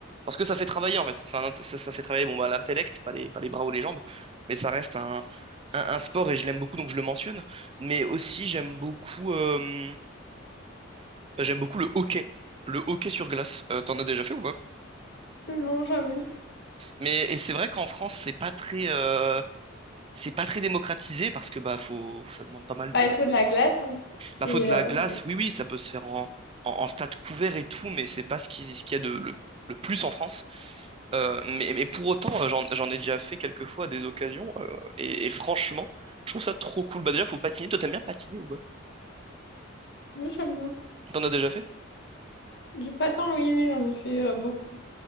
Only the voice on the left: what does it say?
Non, jamais.
Bah,
il faut de la glace, hein. C'est...
euh,
Oui, j'aime bien.
Du patin, oui, oui, j'en ai fait euh, beaucoup.